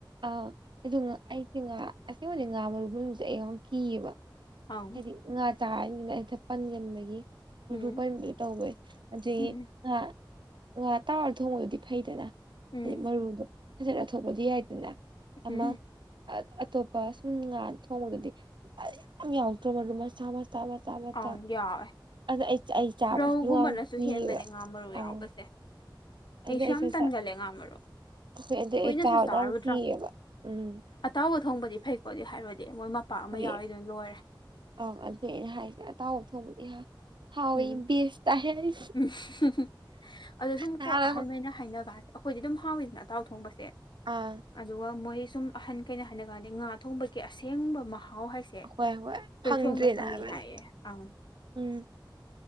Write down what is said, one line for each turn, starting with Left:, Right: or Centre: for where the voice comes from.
Right: ꯑꯥ ꯑꯗꯨꯒ ꯑꯩꯁꯦ ꯉꯥ ꯑꯁꯦꯡꯕꯗꯤ ꯉꯥ ꯃꯔꯨꯒꯨꯝꯕꯁꯦ ꯑꯩ ꯌꯥꯝ ꯀꯤꯑꯦꯕ
Left: ꯑꯪ
Right: ꯍꯥꯏꯗꯤ ꯉꯥ ꯆꯥꯔ ꯅꯤꯅ ꯍꯦꯛꯇ ꯄꯟꯒꯟꯕꯒꯤ ꯃꯔꯨ
Left: ꯎꯝ
Right: ꯄꯟꯕꯤꯗꯣ ꯇꯧꯕꯩ ꯑꯗꯨꯏ
Left: ꯎꯝ
Right: ꯉꯥ ꯉꯥ ꯇꯥꯎꯔ ꯊꯣꯡꯕꯗꯨꯗꯤ ꯐꯩꯗꯅ
Left: ꯎꯝ
Right: ꯍꯥꯏꯗꯤ ꯃꯔꯨꯗꯣ ꯐꯖꯅ ꯊꯣꯛꯄꯗꯤ ꯌꯥꯏꯗꯅ ꯑꯃ
Left: ꯎꯝ
Right: ꯑ ꯑꯇꯣꯞꯄ ꯁꯨꯝ ꯉꯥ ꯊꯣꯡꯕꯗꯗꯤ ꯃꯌꯥꯝ ꯌꯥꯎꯇ꯭ꯔꯣ ꯃꯔꯨ ꯃꯁꯥ ꯃ ꯃꯆꯥ ꯃꯆꯥ ꯃꯆꯥ
Left: ꯑꯪ ꯌꯥꯎꯋꯦ
Right: ꯑꯗ ꯑꯩ <unintelligible> ꯑꯩ ꯆꯥꯕꯁꯨ
Left: ꯔꯧꯒꯨꯝꯕꯅꯁꯨ
Right: ꯌꯥꯝ ꯀꯤꯌꯦꯕ
Left: ꯍꯦꯟꯕꯅꯦ ꯉꯥ ꯃꯔꯨ
Right: ꯑꯥ
Left: ꯌꯥꯎꯕꯁꯦ
Right: ꯑꯗꯨꯅ
Left: ꯑꯩꯁꯨ
Right: ꯑꯩ
Left: ꯌꯥꯝ
Right: ꯁꯠ
Left: ꯇꯟꯒꯜꯂꯦ
Right: ꯁꯠ
Left: ꯉꯥ ꯃꯔꯨ
Right: ꯍꯣꯏ ꯑꯗꯨꯏ
Left: ꯀꯨꯏꯅꯁꯨ
Right: ꯑꯩ ꯆꯥꯕꯗꯨ
Left: ꯆꯥꯔꯨꯗ꯭ꯔꯥ
Right: ꯌꯥꯝ ꯀꯤꯌꯦꯕ ꯎꯝ
Left: ꯑꯇꯥꯎꯕ ꯊꯣꯡꯕꯗꯤ ꯐꯩ ꯀꯣ ꯑꯗꯨꯏ ꯍꯥꯏꯔꯣꯗꯤ ꯃꯣꯏ ꯃꯄꯥꯛ ꯑꯃ
Right: ꯍꯣꯏ
Left: ꯌꯥꯎꯏꯗꯨꯅ ꯂꯣꯏꯔꯦ
Right: ꯑꯪ ꯑꯗꯨꯏ ꯑꯩꯅ ꯍꯥꯏꯁꯦ ꯑꯇꯥꯎꯕ ꯊꯣꯡꯕꯅ ꯍꯥ ꯍꯥꯎꯋꯤ
Left: ꯎꯝ
Right: ꯕꯦꯏꯁ ꯇꯥꯏ ꯍꯥꯏ
Left: <unintelligible> ꯑꯗꯣ ꯁꯨꯝ
Right: ꯇꯥꯔꯕꯣ?
Left: ꯀꯣ ꯑꯍꯟꯃꯩꯅ ꯍꯥꯏꯅꯒꯥꯟꯁꯦ ꯑꯩꯈꯣꯏꯗꯤ ꯑꯗꯨꯝ ꯍꯥꯎꯋꯤꯗꯅ ꯑꯇꯥꯎ ꯊꯣꯡꯕꯁꯦ
Right: ꯑꯥ
Left: ꯑꯗꯨꯒ ꯃꯣꯏ ꯁꯨꯝ ꯑꯍꯟꯈꯩꯅ ꯍꯥꯏꯅ ꯀꯥꯟꯗꯤ ꯉꯥ ꯊꯣꯡꯕꯒꯤ ꯑꯁꯦꯡꯕ ꯃꯍꯥꯎ ꯍꯥꯏ ꯁꯦ
Right: ꯍꯣꯏ ꯍꯣꯏ
Left: ꯇꯣꯏꯊꯣꯡꯗ
Right: ꯐꯪꯗ꯭ꯔꯦꯅ
Left: ꯐꯪꯉꯤ
Right: ꯍꯥꯏꯕꯅꯦ
Left: ꯍꯥꯏꯌꯦ ꯑꯪ
Right: ꯎꯝ